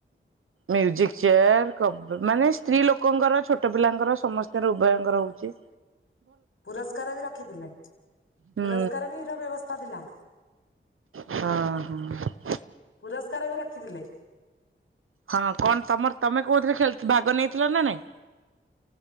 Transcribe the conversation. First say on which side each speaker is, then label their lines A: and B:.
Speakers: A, on the right (about 90°); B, on the left (about 75°).
A: ମ୍ୟୁଜିକ୍ ଚିୟାର୍ କବ୍ ମାନେ ସ୍ତ୍ରୀ ଲୋକଙ୍କର ଛୋଟ ପିଲାଙ୍କର ସମସ୍ତିଙ୍କର ଉଭୟଙ୍କର ହଉଚି।
B: ପୁରସ୍କାର ବି ରଖିଥିଲେ
A: ହୁଁ
B: ପୁରସ୍କାର ବି ର ବ୍ୟବସ୍ଥା ଥିଲା?
A: ହଁ ହଁ?
B: ପୁରସ୍କାର ବି ରଖିଥିଲେ।
A: ହଁ କଣ ତମର ତମେ କୋଉଥିରେ ଖେଳଥ୍ ଭାଗ ନେଇଥିଲ ନାଁ ନାଇଁ?